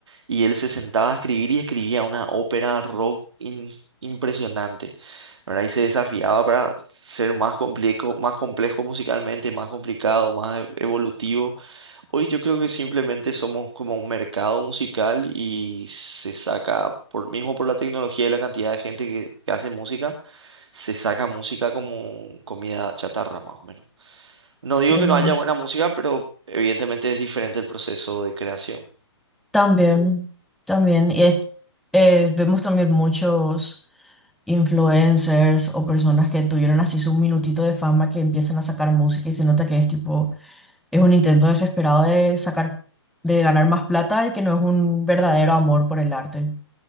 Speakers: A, on the right; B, in the centre.
A: Y él se sentaba a escribir y escribía una ópera rock in- impresionante, ¿verdad? Y se desafiaba para ser más complejo, más complejo musicalmente, más complicado, más e- evolutivo. Hoy yo creo que simplemente somos como un mercado musical y se saca, por, mismo por la tecnología y la cantidad de gente que, que hace música, se saca música como comida chatarra, más o menos. No
B: Sí,
A: digo que no haya buena música, pero evidentemente es diferente el proceso de creación.
B: también, también. Y eh, eh, vemos también muchos. influencers o personas que tuvieron así su minutito de fama que empiezan a sacar música y se nota que es tipo, es un intento desesperado de sacar, de ganar más plata y que no es un verdadero amor por el arte.